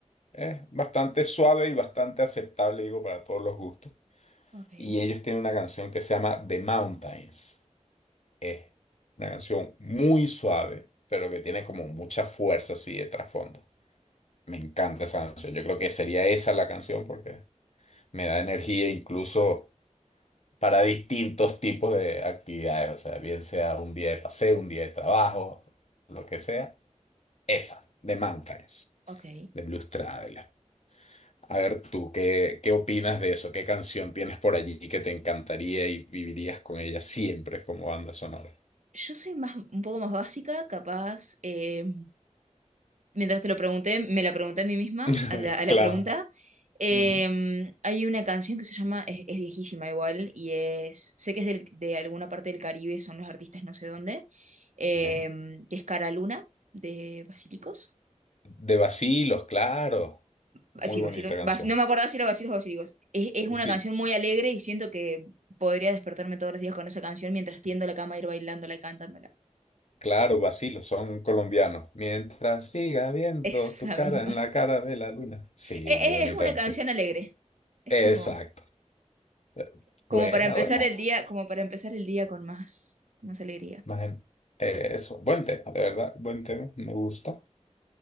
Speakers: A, on the left; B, on the right.
A: Es bastante suave y bastante aceptable, digo, para todos los gustos.
B: Ok,
A: Y ellos tienen una canción que se llama The Mountains. Es una canción muy suave, pero que tiene como mucha fuerza así de trasfondo. Me encanta esa canción. Yo creo que sería esa la canción porque me da energía incluso para distintos tipos de actividades. O sea, bien sea un día de paseo, un día de trabajo, lo que sea. Esa, The Mountains,
B: ok.
A: de Blues Traveler. A ver tú, ¿qué, qué opinas de eso? ¿Qué canción tienes por allí que te encantaría y vivirías con ella siempre como banda sonora?
B: Yo soy más, un poco más básica, capaz. eh, mientras te lo pregunté, me la pregunté a mí misma,
A: <laughs>
B: a la, a la
A: Claro.
B: pregunta. Eh,
A: Ujú.
B: hay una canción que se llama, es, es viejísima igual, y es, sé que es del- de alguna parte del Caribe, son los artistas no sé dónde, eh,
A: Ok.
B: que es Cara Luna, de Basilicos.
A: De Bacilos, claro. Muy
B: Ah, Sí,
A: bonita
B: Basilos,
A: canción.
B: Bas- no me acuerdo si era Basilos o Basilicos. Es, es una
A: Sí,
B: canción muy alegre y siento que podría despertarme todos los días con esa canción mientras tiendo la cama, ir bailándola y cantándola.
A: claro, Bacilos, son colombianos. Mientras siga viendo
B: <laughs> Esa
A: tu cara
B: misma.
A: en la cara de la luna. Sí,
B: e-
A: muy bonita
B: Es una
A: canción.
B: canción alegre. Es
A: Exacto.
B: como,
A: Eh,
B: como
A: Buena,
B: para empezar
A: buena.
B: el día, como para empezar el día con más, con más alegría.
A: Más en- eh, eso, buen tema, de verdad, buen tema, me gusta.